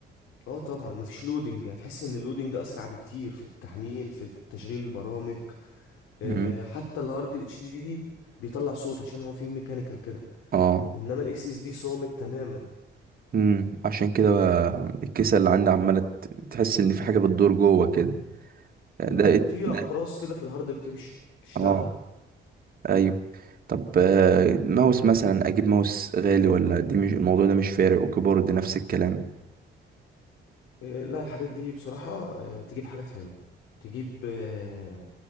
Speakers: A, on the left; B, on the right.
A: اه طبعا مفيش لودنج هتحس ان اللودنج اسرع بكتير في التحميل في تشغيل البرامج آه،
B: مم.
A: حتى الهارد الاتش دي دي بيطلع صوت عشان هو فيه ميكانيكال كده
B: اه
A: انما الاس اس دي صامت تماما
B: امم عشان كده بقى الكيسه اللي عندي عماله ت- تحس ان في حاجه بتدور جوه كده ده
A: مم،
B: إيه؟
A: في
B: ده
A: اقراص كده في الهارد بتمشي تشتغل
B: اه ايوه طب آه، ماوس مثلا اجيب ماوس غالي ولا دي مش الموضوع ده مش فارق وكيبورد نفس الكلام
A: إيه، لا الحاجات دي بصراحة آه، تجيب حاجات حلوة تجيب آه،